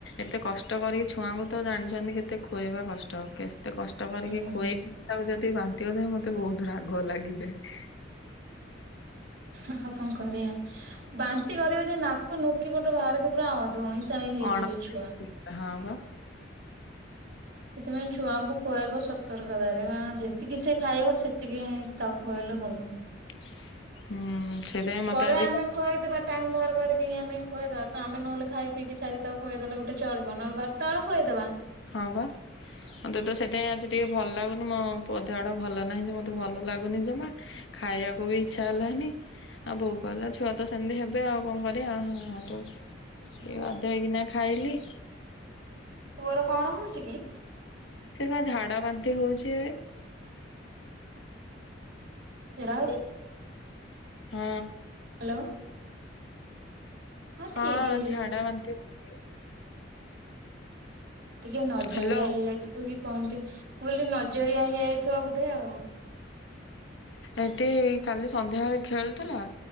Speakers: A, on the left; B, on the right.
A: ଏତେ କଷ୍ଟ କରିକି ଛୁଆଙ୍କୁ ତ ଜାଣିଛନ୍ତି କେତେ ଖୁଆଇବା କଷ୍ଟ କେ ଏତେ କଷ୍ଟ କରିକି
B: ହୁଁ
A: ଖୁଏଇ ତାକୁ ଯଦି ବାନ୍ତି କରିଥାଏ ମତେ ବହୁତ ରାଗ ଲାଗିଯାଏ।
B: ଆଉ କଣ କରିବା ବାନ୍ତି କରିବ ଯେ ନାକ ନୁକି ପଟେ ବାହାରିକ ପୁରା ଅ ଧଇଁ ସାହିଁ ହେଇଯିବେ
A: ଅଣ
B: ଛୁଆ।
A: ହଁ ବା।
B: ସେଥିପାଇଁ ଛୁଆଙ୍କୁ ଖୁଆଇବ ସତର୍କତାରେ କାରଣ ଯେତିକି ସେ ଖାଇବ ସେ ସେତିକି ହଁ ତାକୁ ଖୁଆଇଲେ ଭଲ।
A: ହୁଁ। ସେଇଥିପାଇଁ ମତେ
B: ପରେ
A: ଆଜି
B: ଆମେ ଖୁଆଇଦବା ଟାଇମ ବାହାର କରିକି ଆମେ ଖୁଆଇଦବା ତ ଆମେ ନହେଲେ ଖାଇ ପିଇକି ସାରି ତାକୁ ଖୁଇଦେଲେ ଗୋଟେ ଚଳିବ ନହଲେ ବା ତାଳୁ ଖୁଏଇ ଦବା।
A: ହଁ ବା। ମତେ ତ ସେଥିପାଇଁ ଆଜି ଟିକେ ଭଲ ଲାଗୁନି ମୋ ପୁଅ ଦେହ ଡା ଭଲ ନାହିଁ ଯେ ମତେ ଭଲ ଲାଗୁନି ଜମା। ଖାଇବାକୁ ବି ଇଚ୍ଛା ହେଲାନି। ଆଉ ବୋଉ କହିଲା ଛୁଆ ତ ସେମିତି ହେବେ ଆଉ କଣ କରିବା ହଁ ହେଠୁ। ଏ ବାଧ୍ୟ ହେଇକିନା ଖାଇଲି।
B: ପୁଅର କଣ ହଉଛି କି।
A: ସିଏ ପା ଝାଡା ବାନ୍ତି ହଉଛି ଏ।
B: ଝାଡା ହଉଛି
A: ହଁ।
B: ହାଲୋ।
A: ହଁ
B: ଠିକ ହେଇଯିବ
A: ଝାଡା
B: ସେ
A: ବାନ୍ତି। ହଉଛି।
B: ଟିକେ ନଜରିଆ
A: ହ୍ୟାଲୋ
B: ହେଇଯାଇଥିବ କି କଣ ଟେ ମୁଁ କହିଲିି ନଜରିଆ ହେଇଯାଇଥିବ ବୋଧେ ଆଉ।
A: ଏଠି କାଲି ସନ୍ଧ୍ୟାବେଳେ ଖେଳୁଥିଲା